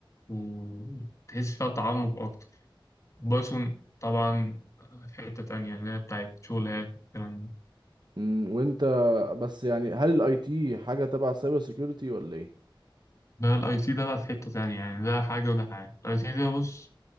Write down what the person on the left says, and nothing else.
وتحس فيها تعمق اكتر بايثون طبعا في حتة تانية اللي هي بتاعت شغلات والكلام ده
ده الاي تي ده بقى في حتة تانية يعني ده حاجة وده حاجة الاي تي ده بص